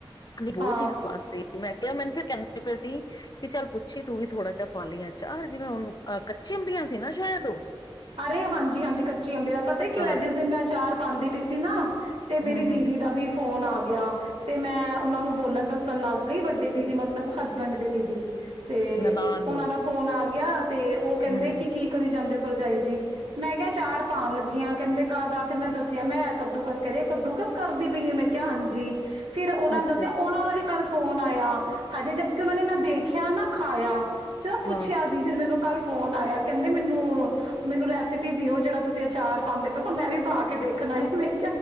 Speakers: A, on the left; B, on the right.
A: <unintelligible> ਬਹੁਤ
B: ਹਾਂ
A: ਹੀ ਸਵਾਦ ਸੀ ਮੈਂ <unintelligible> ਮੈਨੂੰ ਫਿਰ ਕਹਿੰਦੇ ਪਏ ਸੀ ਕਿ ਚੱਲ ਪੁੱਛੀ ਤੂੰ ਵੀ ਥੋੜਾ ਜਿਹਾ ਪਾ ਲ ਆ ਚਾਰ ਜਿਵੇਂ ਹੁਣਹ ਕੱਚੀਆਂ ਆਬੀਆਂ ਸੀ ਨਾ ਸ਼ਾਇਦ ਉਹ
B: <unintelligible> ਅਰੇ ਹਾਂਜੀ ਹਾਂਜੀ ਕੱਚੀ ਅੰਬੇ ਦਾ <unintelligible> ਪਤਾ ਕਿਉਂ
A: ਹਾਂ
B: ਜਿਸ ਦਿਨ ਮੈਂ ਅਾਰ ਪਾਉਂਦੀ ਪੀ ਸੀ ਨਾ <unintelligible> ਤੇ
A: ਹੂੰ
B: ਮੇਰੀ
A: ਹੂੰ
B: ਦੀਦੀ ਦਾ ਵੀ <unintelligible> ਫੋਨ ਆ ਗਿਆ ਤੇ ਮੈਂ ਉਹਨਾਂ ਨੂੰ ਬੋਲਣ ਦੱਸਣ ਲੱਗ ਗਈ ਵੱਡੇ ਦੀਦੀ ਮਤਲਬ ਹਸਬੈਂਡ ਦੇ ਦੀਦੀ <unintelligible> ਤੇ
A: ਨਨਾਣ
B: ਉਹਨਾਂ
A: ਨੂੰ
B: ਦਾ ਫੋਨ ਆ <inaudible> ਯ <unintelligible> ਤੇ ਉਹ ਕਹਿੰਦੇ
A: ਹੂੰ
B: ਕਿ ਕੀ ਕਰੀ ਜਾਂਦੇ ਭਰਜਾਈ ਜੀ ਮੈਂ ਕਿਹਾ ਚਾਰ ਪਾਣ ਲੱਗੀਆਂ ਕਹਿੰਦੇ ਕਾਹਦਾ ਫਿਰ ਮੈਂ ਦੱਸਿਆ। ਮੈਂ ਕੱਦੂਕਸ ਕਰ ਕੱਦੂਕਸ ਕਰਦੀ ਪਈਏ ਮੈਂ ਕਿਹਾ ਹਾਂਜੀ ਫਿਰ ਉਹਨਾ
A: ਅੱਛਾ
B: ਨੇ ਦੱਸਿਆ, ਉਹਨਾਂ ਦਾ ਵੀ ਕੱਲ ਫੋਨ ਆਇਆ ਹਜੇ ਜਦ ਕ ਉਹਨਾਂ ਨੇ ਮੈਂ ਦੇਖਿਆ, ਨਾ ਖਾਇਆ ਸਰ ਪੁੱਛਿਆ
A: ਹਾਂ
B: ਸੀ। ਫਿਰ ਮੈਨੂੰ ਕੱਲ ਫੋਨ ਆਇਆ ਕਹਿੰਦੇ ਮੈਨੂੰ ਮੈਨੂੰ ਰੈਸਪੀ ਦਿਓ ਜਿਹੜਾ ਤੁਸੀਂ ਅਚਾਰ ਪਾਂਦੇ ਪਏ ਸੋ ਮੈਂ ਵੀ ਪਾ ਕੇ ਦੇਖਣਾ ਐਵੇ।